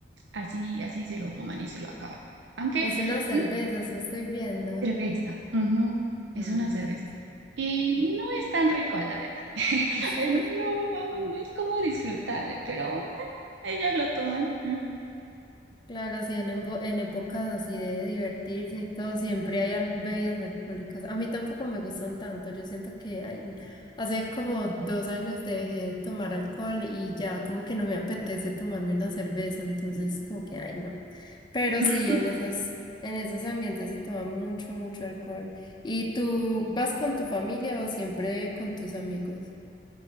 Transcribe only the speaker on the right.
así, así se lo toman y se lo acaban. Aunque,
mm,
cerveza, ujú, es
una cerveza. Y no es tan rico, la verdad. <laughs>
No, no es como disfrutable, pero ellos lo toman.
<laughs>